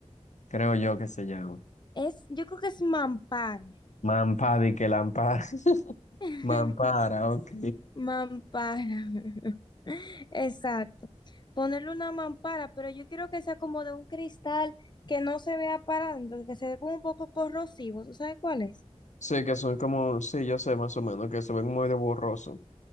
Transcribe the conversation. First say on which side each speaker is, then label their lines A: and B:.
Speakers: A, on the left (about 85°); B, on the left (about 40°).
A: creo yo que se llama.
B: Es, yo creo que es mampara.
A: Mampadi que lampara. <laughs>
B: <laughs>
A: Mampara, ok.
B: Mampara. <laughs> Exacto. Ponerle una mampara, pero yo quiero que sea como de un cristal que no se vea para adentro, que se ve como un poco corrosivo. ¿Tú sabes cuál es?
A: Sí, que son como, sí, yo sé más o menos, que se ven muy de borroso.